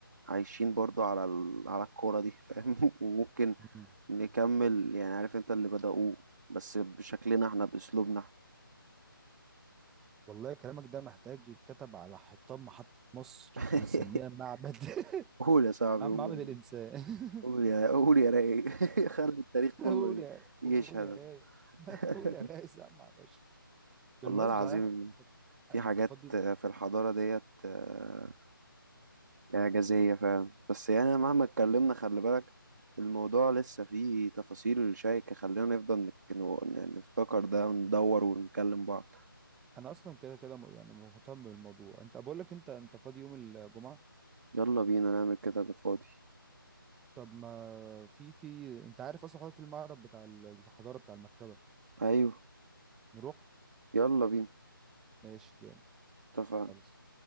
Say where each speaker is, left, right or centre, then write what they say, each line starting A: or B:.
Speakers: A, on the right; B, in the centre.
A: عايشين برضو على ال... على الكورة دي فاهم <laughs> وممكن
B: إيه
A: نكمل يعني عارف انت اللي بدأوه بس بشكلنا احنا بأسلوبنا
B: والله كلامك ده محتاج يتكتب على حيطان محطة مصر
A: <laughs>
B: ونسميها معبد <laughs>
A: قول يا صاحبي
B: مع-
A: قول
B: معبد الإنسان <laughs>
A: قول يا قول يا رايق <laughs> خلي التاريخ كله
B: قول
A: ي-
B: يا
A: يشهد
B: قول يا راي <laughs>
A: <laughs>
B: قول يا راي سامع يا باشا
A: والله
B: بالمناسبة
A: العظيم
B: صحيح انت
A: في
B: أنت
A: حاجات
B: فاضي
A: في الحضارة ديت آه، إعجازية فعلا بس يعني مهما اتكلمنا خلي بالك الموضوع لسه فيه تفاصيل شائكة خلينا نفضل نك- نو- نفتكر ده وندور ونكلم بعض
B: انا اصلا كده كده م- يعني مهتم بالموضوع انت بقول لك انت انت فاضي يوم الجمعة
A: يلا بينا نعمل كده بفاضي
B: طب ما في في انت عارف اصلا حوار في المعرض بتاع ال- بتاع الحضارة بتاع المكتبة
A: ايوه
B: نروح
A: يلا بينا
B: ماشي جامد
A: اتفقنا
B: خلص